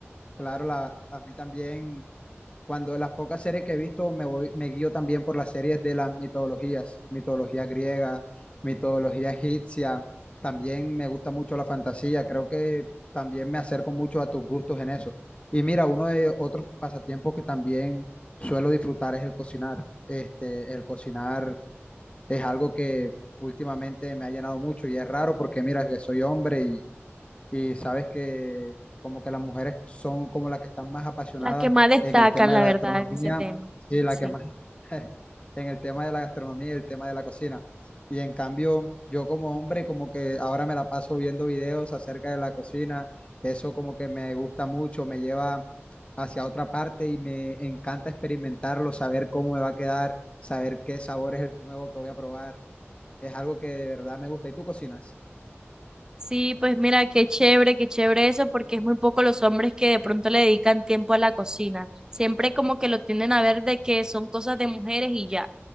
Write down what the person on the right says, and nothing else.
las que más destacan,
la
verdad,
en ese tema.
Sí.
Sí, pues mira, qué chévere, qué chévere eso, porque es muy poco los hombres que de pronto le dedican tiempo a la cocina. Siempre como que lo tienden a ver de que son cosas de mujeres y ya.